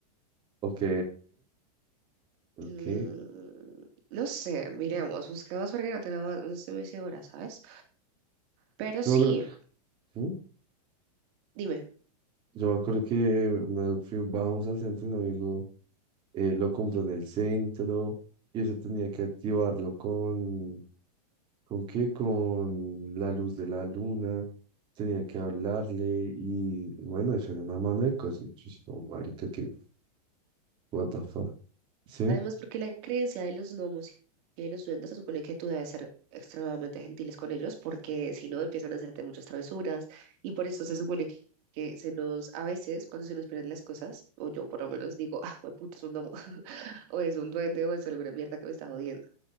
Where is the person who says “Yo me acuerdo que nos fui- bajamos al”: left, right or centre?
Right